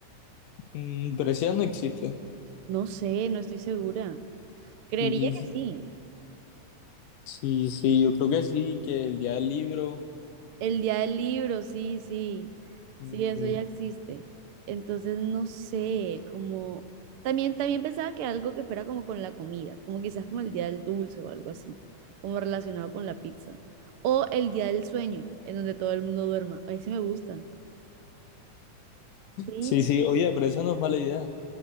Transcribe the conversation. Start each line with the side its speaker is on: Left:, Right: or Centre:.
Left: Mm, pero ese ya no existe.
Right: No sé, no estoy segura. Creería
Left: Sí, sí,
Right: que sí.
Left: sí, sí, yo creo que sí, que el día del libro.
Right: El día del libro, sí, sí,
Left: mm,
Right: sí, Sí. eso
Left: mm.
Right: ya existe. Entonces, no sé, como también, también pensaba que algo que fuera como con la comida, como quizás como el día del dulce o algo así, como relacionado con la pizza. O el día del sueño, en donde todo el mundo duerma. Ahí sí me gusta. Sí,
Left: Sí, sí, oye, pero esa no es mala idea.